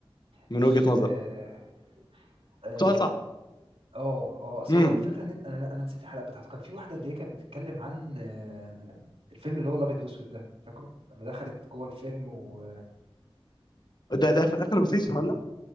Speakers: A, on the left; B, on the right.
A: من
B: بص
A: وجهة نظرك
B: اه اه
A: سؤال صعب
B: اه آه، اصل
A: امم
B: هو الفكره ان انت- انا انا نسيت الحلقه بتاعته كان في واحده اللي هي كانت بتتكلم عن آه، الفيلم اللي هو الابيض واسود ده فاكره لما دخلت جوه الفيلم و
A: ده ده في اخر سيزون ولا